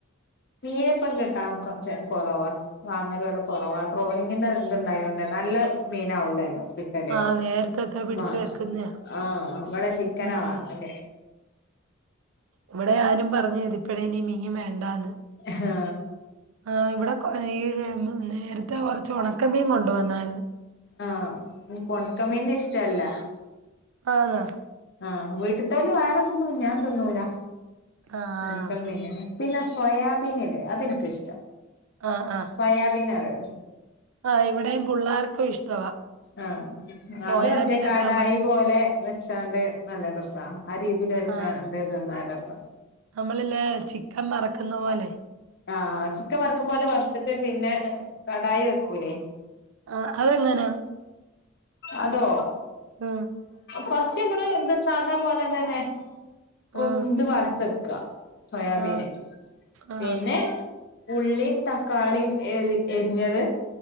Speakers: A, on the left; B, on the right.
A: മീനിപ്പം കിട്ടാം കൊ ചെ കൊറവാ വാങ്ങല ഇവിടെ കുറവാ ട്രോളിങ്ങിന്റെ ഇത്ണ്ടായൊണ്ടോന്നെ നല്ല മീനാവൂലല്ലോ കിട്ടല്
B: ആഹ് നേരത്തത്തെ പിടിച്ച്
A: മ
B: വെക്കുന്നയാ.
A: ആഹ ഇവിടെ ചിക്കനാ
B: ആഹ്.
A: വാങ്ങല്.
B: ഇവിടെ ഞാനും പറഞ്ഞ് ഇതിപ്പഴെ ഇനി മീൻ വേണ്ടാന്ന്
A: ഹ് ആ
B: ആ ഇവിടെ കൊ ഈ മ് നേരത്തെ കുറച്ച് ഉണക്കമീൻ കൊണ്ടുവന്നാരുന്ന്
A: ആ നിക്ക് ഒണക്കമീന്നിഷ്ടല്ല
B: ആത
A: ആ വീട്ടത്തന്ന വേറെതിന്നും ഞാൻ തിന്നൂല്ല
B: ആഹ്.
A: അതിപ്പങ്ങനയാ പിന്നെ സോയാബീനില്ലേ അതെനിക്കിഷ്ടാ
B: ആ ആ
A: സോയാബീൻ അറിയോ
B: ആ ഇവിടെയും പുള്ളാർക്ക് ഇഷ്ടവാ
A: ആ
B: സോയാബീനൊക്കെ
A: അത് മറ്റേ കടായി
B: നമ്മള്
A: പോലെ വെച്ചാണ്ട് നല്ല രസാ ആ രീതി വച്ച
B: ആ
A: ന്റേതിന്ന രസാ
B: നമ്മളില്ലേ ചിക്കൻ വറക്കുന്ന പോലെയെ
A: ആ ചിക്കൻ വറുക്കുംപോലെ വറുത്തിട്ട് പിന്നെ കാടായി വെക്കൂല്ലേ
B: ആ അതെങ്ങനാ
A: അതോ
B: ആ
A: ഫസ് റ്റ് മ്മള് എന്താ സാധാ പോലെ തന്നെ
B: ആ
A: മ് ഇത് വറത്തെക്കുക സോയാബീന്
B: ആ ആ
A: പിന്നെ ഉള്ളീം തക്കാളീം എരി എരിഞ്ഞത്